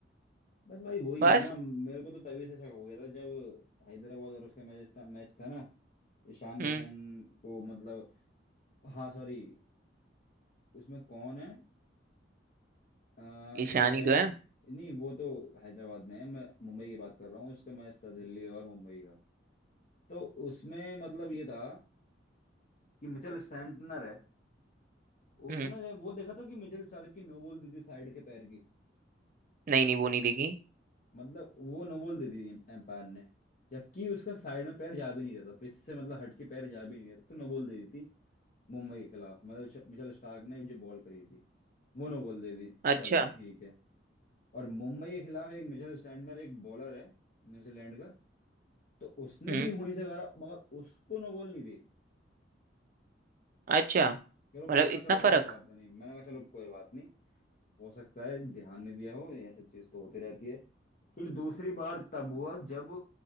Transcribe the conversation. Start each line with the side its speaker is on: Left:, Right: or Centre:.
Left: बस भाई वही
Right: बस
Left: है ना मेरे को तो तभी से शक हो गया था जब हैदराबाद और उसका मैच था मैच था ना ईशान
Right: हम्म
Left: किशन को मतलब हाँ सॉरी उसमें कौन है अ,
Right: ईशान
Left: एक है
Right: ही तो है
Left: नहीं वो तो हैदराबाद में है मैं मुंबई की बात कर रहा हूँ उसका मैच था दिल्ली और मुंबई का तो उसमें मतलब ये था कि मिचेल स्टैंटनर है वो
Right: हम्म
Left: तुमने वो देखा था कि मिचेल स्टार्क की नो बॉल दी थी साइड के पैर की
Right: नहीं नहीं वो नहीं देखी
Left: मतलब वो नो बॉल दे दी एम्पायर ने जबकि उसका साइड में पैर जा भी नहीं रहता पिच से मतलब हट के पैर जा भी नहीं रहता तो नो बॉल दे दी थी मुंबई के खिलाफ मतलब श- मिचेल स्टार्क ने जो बॉल करी थी वो नो बॉल दे दी चलो
Right: अच्छा
Left: ठीक है और मुंबई के खिलाफ एक मिचेल स्टैंडर एक बॉलर है न्यूजीलैंड का तो उसने
Right: हम्म
Left: भी वहीं से मारा मगर उसको नो बॉल नहीं दी
Right: अच्छा
Left: चलो मैंने
Right: मतलब
Left: कहा
Right: इतना
Left: चलो कोई
Right: फर्क
Left: बात नहीं मैंने कहा चलो कोई बात नहीं हो सकता है ध्यान नहीं दिया हो ऐसी चीज तो होती रहती है फिर दूसरी बार तब हुआ जब